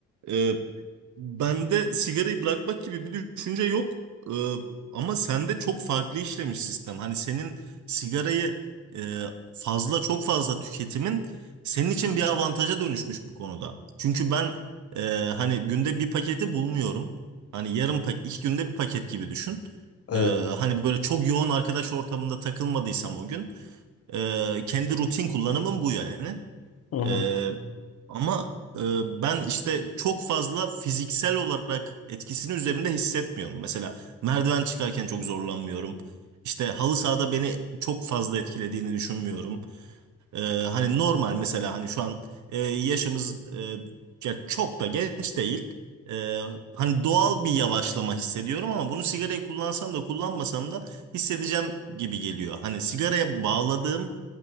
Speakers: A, on the right; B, on the left.
A: e, Bende sigarayı bırakmak gibi bir düşünce yok. Ee, ama sende çok farklı işlemiş sistem. Hani senin sigarayı e, fazla çok fazla tüketimin senin için bir avantaja dönüşmüş bu konuda. Çünkü ben e, hani günde bir paketi bulmuyorum. Hani yarım paket, iki günde bir paket gibi düşün.
B: Evet.
A: Ee, hani böyle çok yoğun arkadaş ortamında takılmadıysam o gün e, kendi rutin kullanımım bu yani.
B: Hı hı.
A: Ee, ama e, ben işte çok fazla fiziksel olarak etkisini üzerimde hissetmiyorum. Mesela merdiven çıkarken çok zorlanmıyorum. İşte halı sahada beni çok fazla etkilediğini düşünmüyorum. Ee, hani normal mesela hani şu an e, yaşımız e, ya çok da genç değil. Ee, hani doğal bir yavaşlama hissediyorum ama bunu sigarayı kullansam da kullanmasam da hissedeceğim gibi geliyor. Hani sigaraya bağladığım